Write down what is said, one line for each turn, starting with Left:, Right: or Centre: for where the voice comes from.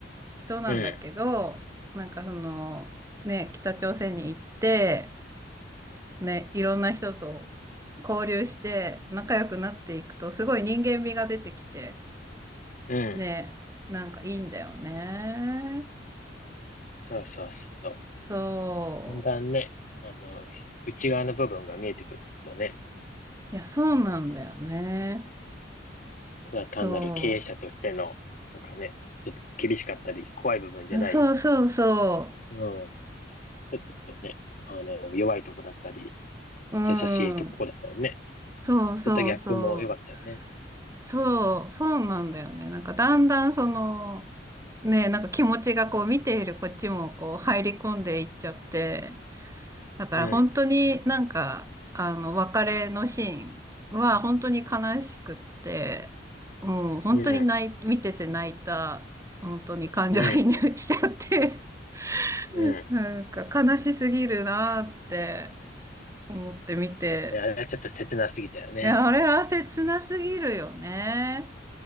Right: 人なんだけど、
Left: うん、
Right: なんかその、ね、北朝鮮に行って、ね、いろんな人と交流して仲良くなっていくと、すごい人間味が出てきて、
Left: うん。
Right: ね、なんかいいんだよね。
Left: そうそうそう。
Right: そう。
Left: だんだんね、あの、内側の部分が見えてくるとね、
Right: いや、そうなんだよね。
Left: あのただ単なる経営者としての、
Right: そ
Left: なんかね、ちょっと厳しかったり、怖い部分じゃない。
Right: う。あそうそうそ
Left: うん。ちょっとね、あの、弱いとこだったり、
Right: う。うん。
Left: 優しいとこだったりね。
Right: そうそうそう。
Left: そういったギャップも良かったよね。
Right: そう、そうなんだよね。なんかだんだんその、ね、なんか気持ちがこう見ているこっちもこう入り込んでいっちゃって、だから本当になんか、
Left: うん。
Right: あの、別れのシーンは本当に悲しくって、もう本当に泣い、
Left: うん。
Right: 見てて泣いた、本当に感情移入しちゃって、
Left: うん。うん。
Right: <laughs>
Left: うん
Right: なんか悲しすぎるなって思って見て、
Left: だよね。あれはちょっと切なすぎたよね。
Right: いや、あれは切なすぎるよね。